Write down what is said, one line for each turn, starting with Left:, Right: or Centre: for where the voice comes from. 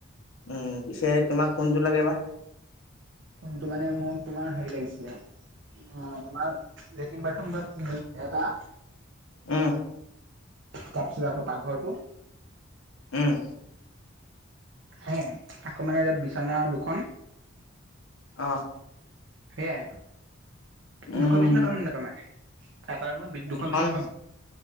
Left: উম পিছে তোমাক কোনটোোৰ লাগে বা?
Right: কোনটো মানে মোক তোমাৰ হেৰি লাগিছিলে অ' তোমাৰ লেট্ৰিন বথৰুম ঘ এটা
Left: উম।
Right: তাৰপিছত আকৌ পাকঘৰটো
Left: উম।
Right: হে' আকৌ মানে এতিয়া বিছনা দুখন
Left: অ'।
Right: সেয়াই,
Left: উম
Right: দুখন বিছনা পামনে নেপামা এটা ৰুমত দুখন
Left: এখন
Right: বিছনা পাম?